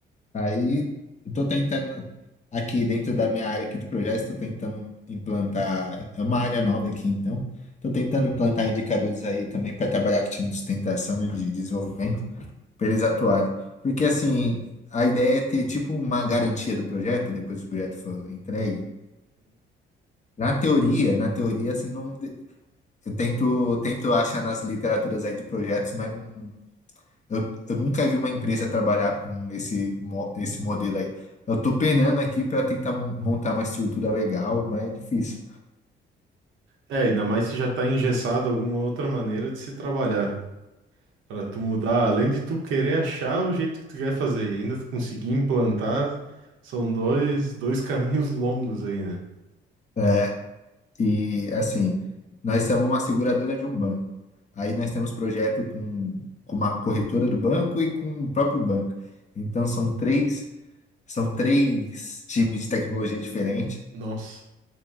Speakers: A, on the left (about 35°); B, on the right (about 85°).
A: Aí eu tô tentando aqui dentro da minha área aqui de projetos, tô tentando implantar, é uma área nova aqui, então. Tô tentando implantar indicadores aí também para trabalhar com o time de sustentação e de desenvolvimento, para eles atuarem. Porque assim, a ideia é ter tipo uma garantia do projeto depois que o projeto for entregue. Na teoria, na teoria assim não de- eu tento tento achar nas literaturas aí de projetos, mas não eu, eu nunca vi uma empresa trabalhar com esse, mo- esse modelo aí. Eu tô penando aqui para tentar mon- montar uma estrutura legal, mas é difícil.
B: É, ainda mais se já tá engessado alguma outra maneira de se trabalhar. Pra tu mudar, além de tu querer achar o jeito que tu quer fazer e ainda tu conseguir implantar, são dois, dois caminhos longos aí, né?
A: É, e assim, nós somos uma seguradora de um banco. Aí nós temos projeto com, com uma corretora do banco e com o próprio banco. Então são três, são três times de tecnologia diferentes.
B: Nossa.